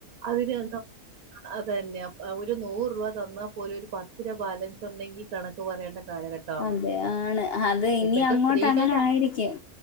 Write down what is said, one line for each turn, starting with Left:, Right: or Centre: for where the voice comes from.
Right: അതിന് എന്തപ് അത്‌ തന്നെ, അ ഒരു നൂറ് രൂപ തന്നാ പോലും ഒരുപത്ത് രൂപബാലൻസ് ഉണ്ടെങ്കി കണക്ക് പറയേണ്ട കാലഘ കാമല്ലേത്.
Left: അതെ ആണ് അത് ഇനി
Right: ഇപ്പഴ്ത്തെ
Left: അങ്ങോട്ട്
Right: സ്ത്രീകൾടെ
Left: അങ്ങനെ ആയിരിക്കും